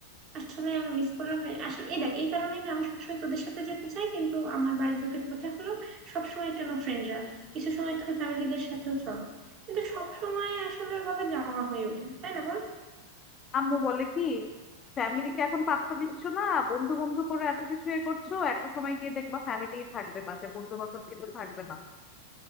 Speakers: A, on the right; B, on the left.
A: আসলে আমি মিস করলাম রে আসলে এই দেখ এই কারণেই না আমি সবসময় তোদের সাথে যেতে চাই কিন্তু আমার বাড়ির লোকের কথা হলো সবসময় কেন ফ্রেন্ডরা কিছু সময় তো ফ্যামিলিদের সাথেও চলো কিন্তু সব সময় আসলে ওভাবে যাওয়া হয়ে ওঠে না তাই না বল
B: আম্মু বলে কি ফ্যামিলিকে এখন পাত্তা দিচ্ছ না বন্ধু বন্ধু করে এত কিছু এ করছো একটা সময় গিয়ে দেখবা ফ্যামিলি থাকবে পাশে বন্ধু বান্ধব কিন্তু থাকবে না